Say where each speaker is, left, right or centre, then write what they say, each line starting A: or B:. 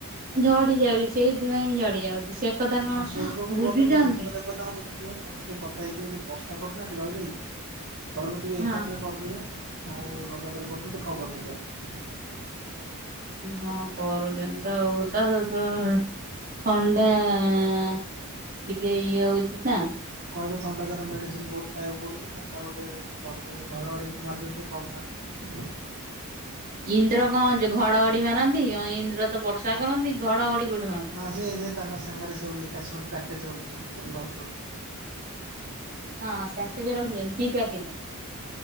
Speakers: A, on the right; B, on the right.
A: ଝଡି ଯାଉଚି, ସେଇଥିପାଇଁ ହିଁ ଝଡି ଯାଉଚି, ସେ କଥା
B: ଆଉ
A: କଣ
B: ସ୍ୱର୍ଗ କୁ
A: ବୁଝୁଛନ୍ତି
B: ଗଲେ ତ, ଇନ୍ଦ୍ରଦେବତାଙ୍କୁ ଦେଖି ଥିବ, ତାଙ୍କୁ ଟିକେ କଥା ହେଇଯିବ, ଯୋଉ ବର୍ଷା କରୁ ନାହାନ୍ତି ରହିରହିକା, କହିବ ଟିକେ
A: ହଁ।
B: ଏକାଥରେ କରିଦେବେ, ଆଉ ଲଗାତାର <unintelligible> ମତେ ଖବର ଦେଇଦବ।
A: ହଁ କରୁଚନ୍ତି ତ ଆଉ, ତା <unintelligible> ଥଣ୍ଡା ଆ, ଟିକେ ଇଏ ହଉଚି ନା?
B: କହିବ ଥଣ୍ଡା କାର ମେଡିସିନ୍ ବହୁତ୍ ଖାଇବାକୁ ପଡୁଚି, ତାଙ୍କୁ କହିବ ଟେ କରିଦେବେ, ଘଡ଼ଘଡି ଯୋଉ ମାରୁଚନ୍ତି ଟିକେ କମ୍ ମାରିବେ।
A: ଇନ୍ଦ୍ର କଣ ଘଡଘଡି ମାରନ୍ତି? ଇନ୍ଦ୍ର ତ ବର୍ଷା କରନ୍ତି, ଘଡ ଘଡି କୋଉଠି ମାରନ୍ତି?
B: ହଁ ସେ ସେ ତାଙ୍କ ସାଙ୍ଗରେ ସବୁ ଏକା ସମୟରେ ପ୍ୟାକେଜ୍ ରଖିଚନ୍ତି, ତାଙ୍କର ଲଜ୍ କରୁଚନ୍ତି।
A: ହଁ ପ୍ୟାକେଜ୍ ରଖିଚନ୍ତି, କି ପ୍ୟାକେଜ୍?